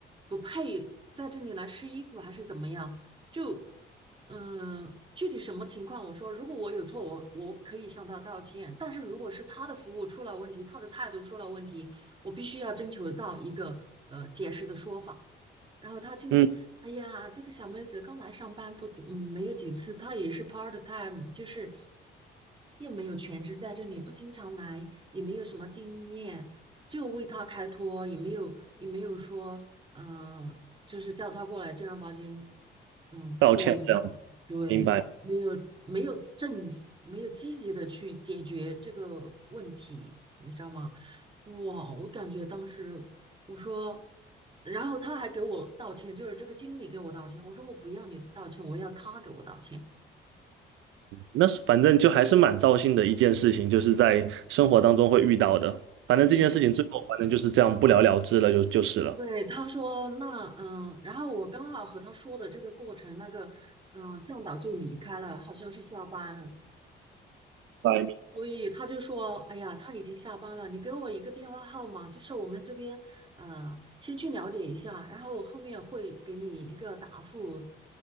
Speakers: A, on the right (about 25°); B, on the right (about 80°).
A: 不配在这里来试衣服，还是怎么样？就。嗯，具体什么情况？我说，如果我有错，我我可以向他道歉。但是如果是他的服务出了问题，他的态度出了问题，我必须要征求到一个呃解释的说法。然后他经理，
B: 嗯，
A: 哎呀，这个小妹子刚来上班不多，嗯，没有几次，她也是 part time，就是又没有全职在这里，不经常来，也没有什么经验，就为她开脱，也没有也没有说，嗯、就是叫她过来正儿八经，嗯，说一下，
B: 道歉这样，
A: 对，
B: 明白。
A: 没有没有正，没有积极的去解决这个问题，你知道吗？哇，我感觉当时我说，然后他还给我道歉，就是这个经理给我道歉。我说我不要你的道歉，我要他给我道歉。
B: 那是反正就还是蛮糟心的一件事情，就是在生活当中会遇到的。反正这件事情最后反正就是这样不了了之了，
A: 对，
B: 就就是了。
A: 对，他说那嗯，然后我刚好和他说的这个过程，那个嗯向导就离开了，好像是下班了，
B: 白明
A: 所以他就说，哎呀，他已经下班了，你给我一个电话号码，就是我们这边呃先去了解一下，然后我后面会给你一个答复。